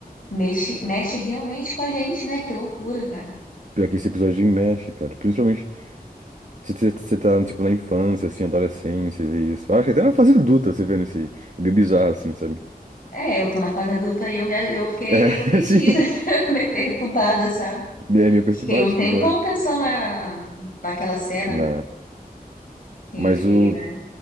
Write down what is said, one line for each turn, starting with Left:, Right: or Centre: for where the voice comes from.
Left: Mexe, mexe realmente com a gente, né? Que loucura, cara.
Right: Pior que esse episódio mexe, cara. Principalmente se você você tá, tipo, na infância, assim, adolescência, e vê isso. Eu acho que até na fase adulta você vendo isso aí. É meio bizarro, assim, sabe?
Left: É, eu tô na fase adulta e eu, me, eu fiquei
Right: É,
Left: meio mexida,
Right: <laughs> assim.
Left: <laughs> meio perturbada, sabe?
Right: É meio perturbado
Left: Fiquei um
Right: esse
Left: tempão
Right: episódio.
Left: pensando na, naquela cena.
Right: Na...
Left: Enfim,
Right: Mas o...
Left: né?